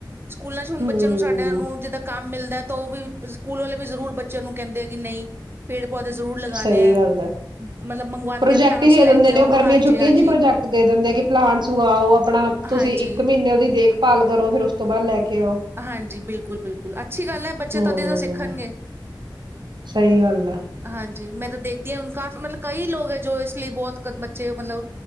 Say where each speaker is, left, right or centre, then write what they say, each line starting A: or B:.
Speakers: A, on the right; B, on the right.
A: ਸਕੂਲਾਂ ਚ ਹੁਣ
B: ਹੂੰ
A: ਬੱਚਿਆਂ ਨੂੰ ਸਾਡਿਆਂ ਨੂੰ ਜਿੱਦਾਂ ਕੰਮ ਮਿਲਦਾ ਤਾਂ ਉਹ ਵੀ ਸਕੂਲ ਵਾਲੇ ਵੀ ਜ਼ਰੂਰ ਬੱਚਿਆਂ ਨੂੰ ਕਹਿੰਦੇ ਆ ਕਿ ਨਹੀਂ ਪੇੜ ਪੌਦੇ ਜ਼ਰੂਰ ਲਗਾਉਣੇ
B: ਸਹੀ
A: ਆ
B: ਗੱਲ ਹੈ
A: ਮਤਲਬ ਮੰਗਵਾਉਂਦੇ
B: ਪ੍ਰੋਜੈਕਟ
A: ਆ ਪਲਾਂਟਸ
B: ਹੀ ਦੇ
A: ਲੈ
B: ਦਿੰਦੇ
A: ਕੇ
B: ਨੇ ਉਹ ਗਰਮੀਆਂ
A: ਹਾਂਜੀ
B: ਛੁਟੀਆਂ
A: ਹਾਂਜੀ
B: ਜ ਹੀ ਪ੍ਰੋਜੈਕਟ ਦੇ ਦਿੰਦੇ ਕਿ ਪਲਾਂਟਸ ਉਗਾਓ ਆਪਣਾ ਤੁਸੀਂ
A: ਹਾਂਜੀ
B: ਇੱਕ ਮਹੀਨੇ ਉਹਦੀ ਦੇਖਭਾਲ ਕਰੋ ਫੇਿਰ ਉਸ ਤੋਂ ਬਾਅਦ ਲੈ ਕੇ ਆਓ
A: ਹਾਂਜੀ ਬਿਲਕੁਲ ਬਿਲਕੁਲ ਅੱਛੀ ਗੱਲ ਹੈ ਬੱਚੇ
B: ਹੂੰ
A: ਤਾਂਦੇ ਤਾਂ ਸਿੱਖਣਗੇ
B: ਸਹੀ ਗੱਲ ਆ
A: ਹਾਂਜੀ ਮੈਂ ਤਾਂ ਦੇਖ <unintelligible> ਕਾਫੀ ਮਤਲਬ ਕਈ ਲੋਕ ਹੈ ਜੋ ਇਸ ਲਈ ਬਹੁਤ ਬੱਚੇ ਮਤਲਬ